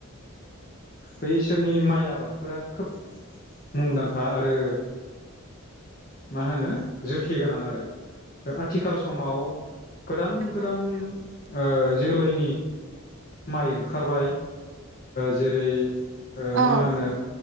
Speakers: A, on the left; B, on the right.
A: बै इसोरनि माइआ आबादफोरा खोब मुंदांखा आरो मा होनो जोथे गोनां आरो आथिखाल समाव गोदान
B: नंगौ
A: गोदान
B: नोंथां
A: ओ जोलैनि माइ ओंखारबाय जेरै
B: औ
A: मा होनो